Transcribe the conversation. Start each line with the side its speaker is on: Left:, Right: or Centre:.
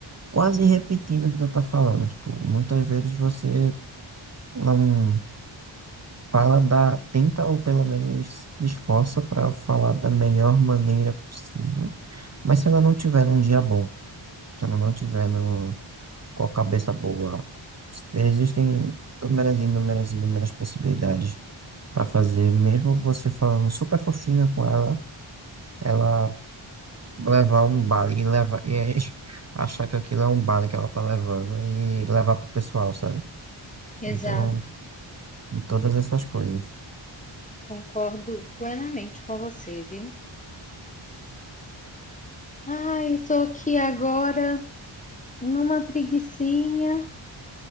Right: quase repetindo o que tu tá falando, tipo, muitas vezes você não fala da, tenta ou pelo menos se esforça para falar da melhor maneira possível, mas se ela não tiver um dia bom, se ela não tiver no, com a cabeça boa, existem inúmeras e inúmeras e inúmeras possibilidades para fazer, mesmo você falando super fofinha com ela, ela levar um baile e levar e <laughs> achar que aquilo é um baile que ela tá levando e levar pro pessoal, sabe?
Left: Exato,
Right: Então, em todas essas coisas.
Left: concordo plenamente com você, viu? ah eu tô aqui agora numa preguicinha,